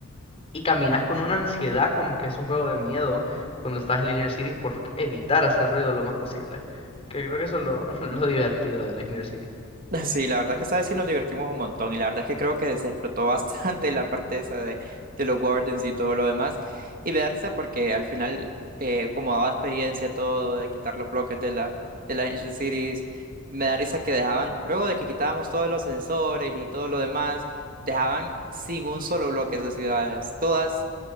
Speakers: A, on the left (about 30°); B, on the right (about 45°).
A: y caminas con una ansiedad como que es un juego de miedo cuando estás en la Inner Cities por evitar hacer ruido lo más posible. Que creo que eso es lo, <laughs> lo divertido de la Inner Cities.
B: <laughs> Sí, la verdad que esta vez sí nos divertimos un montón y la verdad que creo que se explotó <laughs> bastante la parte esa de, de los wardens y todo lo demás. Y me da risa porque al final, eh, como daba experiencia todo de quitar los bloques de la, de las Ancient Cities, me da risa que dejaban, luego de que quitábamos todos los sensores y todo lo demás, dejaban sin un solo bloque esas ciudades. Todas